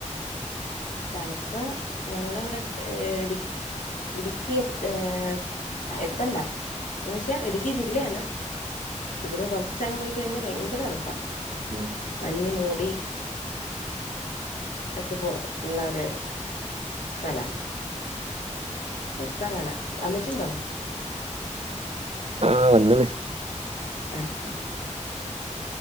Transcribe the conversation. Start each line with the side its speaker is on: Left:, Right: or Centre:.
Left: തണുപ്പ് ഞങ്ങള ഇവിടെ ഇട് ഇടുക്കി ഏഹ് എത്തണ്ട എന്ന് വെച്ചാൽ ഇടുക്കി ജില്ലയാണ് ഇവിടെ കൊറച്ചങ്ങങ് പോയി കഴിഞ്ഞാൽ ഭയങ്കര തണുപ്പാ
Right: ഉം
Left: മഞ് മൂടി ഒക്കെ പോ പിള്ളാര് സ്ഥല രസവ കാണാൻ വന്നിട്ട് ഉണ്ടോ
Right: ആഹ് വന്നീണ്
Left: <unintelligible>